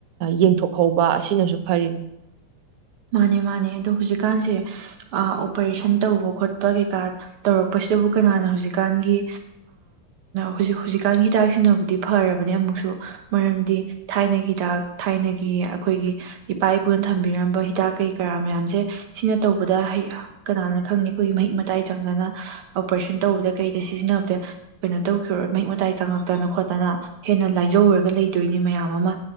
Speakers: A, on the right (about 60°); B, on the right (about 90°).
A: ꯌꯦꯡꯊꯣꯛꯍꯧꯕ ꯋꯥ ꯑꯁꯤꯅꯁꯨ ꯐꯔꯤꯅꯤ
B: ꯃꯥꯅꯦ ꯃꯥꯅꯦ ꯑꯗꯣ ꯍꯧꯖꯤꯛꯀꯥꯟꯁꯦ ꯑꯣꯄꯔꯦꯁꯟ ꯇꯧꯕ ꯈꯣꯠꯄ ꯀꯩꯀꯥ ꯇꯧꯔꯛꯄꯁꯤꯗꯕꯨ ꯀꯅꯥꯅ ꯍꯧꯖꯤꯛꯀꯥꯟꯒꯤ ꯍꯧꯖꯤꯛ ꯍꯧꯖꯤꯛꯀꯥꯟꯒꯤ ꯍꯤꯗꯥꯛꯁꯤꯅꯕꯨꯗꯤ ꯐꯔꯕꯅꯦ ꯑꯃꯨꯛꯁꯨ ꯃꯔꯝꯗꯤ ꯊꯥꯏꯅꯒꯤ ꯍꯤꯗꯥꯛ ꯊꯥꯏꯅꯒꯤ ꯑꯩꯈꯣꯏꯒꯤ ꯏꯄꯥ ꯏꯄꯨꯅ ꯊꯝꯕꯤꯔꯝꯕ ꯍꯤꯗꯥꯛ ꯀꯩ ꯀꯔꯥ ꯃꯌꯥꯝꯁꯦ ꯁꯤꯅ ꯇꯧꯕꯗ ꯍ ꯀꯅꯥꯅ ꯈꯪꯉꯤ ꯑꯩꯈꯣꯏꯒꯤ ꯃꯍꯤꯛ ꯃꯇꯥꯏ ꯆꯪꯗꯅ ꯑꯣꯄꯔꯦꯁꯟ ꯇꯧꯕꯗ ꯀꯩꯗ ꯁꯤꯖꯤꯟꯅꯕꯗ ꯀꯩꯅꯣ ꯇꯧ ꯃꯍꯤꯛ ꯃꯇꯥꯏ ꯆꯪꯉꯛꯇꯅ ꯈꯣꯠꯇꯅ ꯍꯦꯟꯅ ꯂꯥꯏꯖꯧꯔꯒ ꯂꯩꯗꯣꯏꯅꯤ ꯃꯌꯥꯝ ꯑꯃ